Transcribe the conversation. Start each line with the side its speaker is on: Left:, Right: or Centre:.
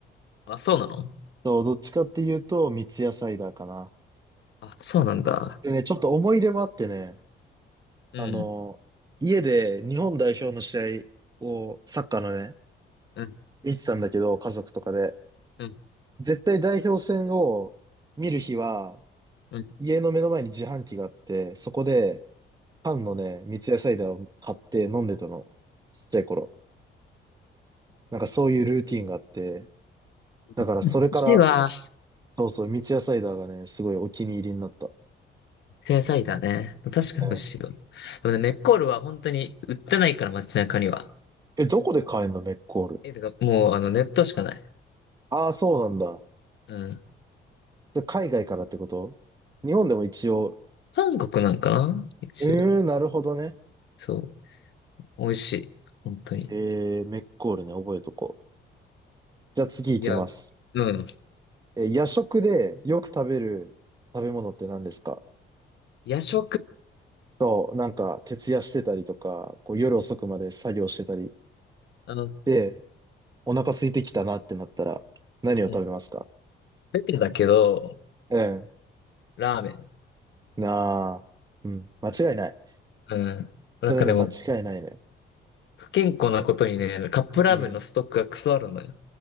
Left: あ、そうなの
Right: そう、どっちかっていうと、三ツ矢サイダーかな。
Left: あ、そうなんだ。
Right: でね、ちょっと思い出もあってね、
Left: うん。
Right: あの、家で日本代表の試合を、サッカーのね、
Left: うん。
Right: 見てたんだけど、家族とかで。
Left: うん。
Right: 絶対代表戦を見る日は、
Left: うん。
Right: 家の目の前に自販機があって、そこで、缶のね、三ツ矢サイダーを買って飲んでたの。ちっちゃい頃。なんかそういうルーティンがあって、だからそれから、
Left: 寿司は、
Right: そうそう、三ツ矢サイダーがね、すごいお気に入りになった。
Left: 野菜だね。確かに美味しいわ。
Right: うん
Left: でもね、メッコールは本当に売ってないから、街中には。
Right: え、どこで買えんの、メッコール。
Left: え、てか、もう、あの、ネットしかない。
Right: ああ、そうなんだ。
Left: うん。
Right: それ海外からってこと日本でも一応、
Left: 韓国なんかな一応。
Right: うーん、なるほどね。
Left: そう。美味しい。本当に。
Right: えー、メッコールね、覚えとこう。じゃあ次行きます。
Left: いや、うん。
Right: え、夜食でよく食べる食べ物って何ですか
Left: 夜食
Right: そう、なんか、徹夜してたりとか、こう夜遅くまで作業してたり。
Left: あの、
Right: で、お腹空いてきたなってなったら、何を食べますか
Left: うん。出てだけど、
Right: <laughs> うん。
Left: ラーメン。
Right: なあ。うん。間違いない。
Left: うん。
Right: それね、
Left: なんかでも、
Right: 間違いないのよ。
Left: 不健康なことにね、カップラーメンのストックがクソあるのよ。
Right: うん。